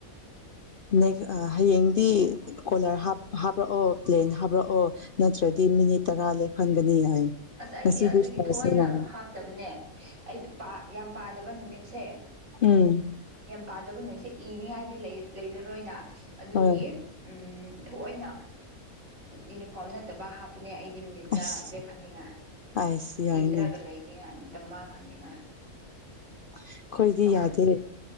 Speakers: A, on the left (about 50°); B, on the right (about 65°).
A: ꯑꯦꯛ ꯍꯌꯦꯡꯗꯤ ꯀꯣꯂꯔ ꯍꯥ ꯍꯥꯞ ꯍꯥꯞꯄꯔꯛꯑꯣ ꯄ꯭ꯂꯦꯟ ꯍꯥꯞꯔꯛꯑꯣ ꯅꯠꯇ꯭ꯔꯗꯤ ꯃꯤꯅꯤꯠ ꯇꯔꯥ ꯂꯦꯞꯍꯟꯒꯅꯤ ꯍꯥꯏꯌꯦ
B: ꯑꯁ ꯑꯩꯗꯤ
A: ꯉꯁꯤꯗꯤ
B: ꯑꯗꯨꯒꯤ
A: ꯐꯔꯁꯅꯦ
B: ꯊꯏꯅ ꯍꯥꯞꯇꯕꯅꯦ ꯑꯩ ꯌꯥꯝ ꯄꯥꯗꯕ ꯅꯨꯃꯤꯠꯁꯦ
A: ꯎꯝ
B: ꯄꯥꯗꯕꯅꯦꯁꯦ ꯏꯔꯤꯉꯥꯏꯗꯤ ꯂꯩꯔꯔꯣꯏꯅ ꯑꯗꯨꯒꯤ
A: ꯍꯣꯏ
B: ꯎ ꯊꯣꯛꯑꯣꯏꯅ ꯌꯨꯅꯤꯐꯣꯔꯝ ꯅꯠꯇꯕ ꯍꯥꯞꯄꯅꯦ ꯑꯩꯗꯤ ꯃꯤꯅꯤꯠ ꯇꯔꯥ
A: ꯑꯁ
B: ꯍꯅꯤꯡꯉꯥꯏ
A: ꯑꯥꯏꯁ ꯌꯥꯏꯅꯦ
B: ꯏꯗ꯭ꯔꯒ ꯂꯩꯅꯤꯉꯥꯏ ꯃꯇꯝ ꯃꯥꯡꯍꯟꯅꯤꯡꯉꯥꯏ
A: ꯑꯩꯈꯣꯏꯗꯤ
B: ꯇꯧꯕꯅꯦ
A: ꯌꯥꯗꯦ